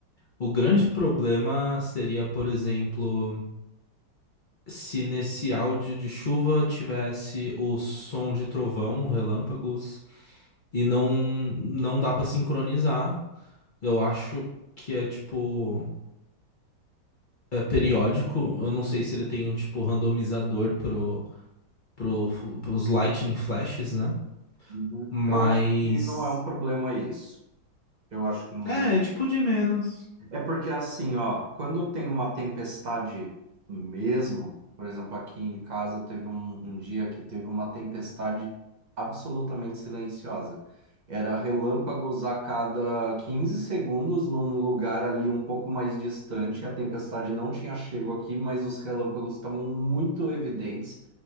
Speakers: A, on the left; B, on the right.
A: O grande problema seria, por exemplo, se nesse áudio de chuva tivesse o som de trovão, relâmpagos, e não não dá pra sincronizar. Eu acho que é tipo é, periódico. Eu não sei se ele tem um tipo randomizador pro, pro, pros Lightning Flashes, né?
B: Uhum.
A: Mas.
B: Eu acho que não é um problema isso. Eu acho que não
A: É,
B: é
A: é tipo de menos.
B: É porque assim, ó, quando tem uma tempestade mesmo, por exemplo, aqui em casa teve um, um dia que teve uma tempestade absolutamente silenciosa. Era relâmpagos a cada 15 segundos num lugar ali um pouco mais distante. A tempestade não tinha chego aqui, mas os relâmpagos estavam muito evidentes.